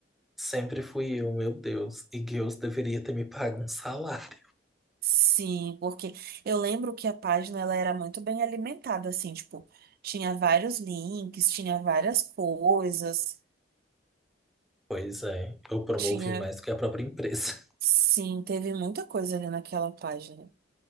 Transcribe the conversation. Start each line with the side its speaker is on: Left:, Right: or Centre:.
Centre: Sempre fui eu, meu Deus. E Deus deveria ter me pago um salário.
Right: Sim, porque eu lembro que a página ela era muito bem alimentada, assim, tipo, tinha vários links, tinha várias coisas,
Centre: Pois é, eu promovi
Right: tinha,
Centre: mais do que a própria empresa. <laughs>
Right: sim, teve muita coisa ali naquela página.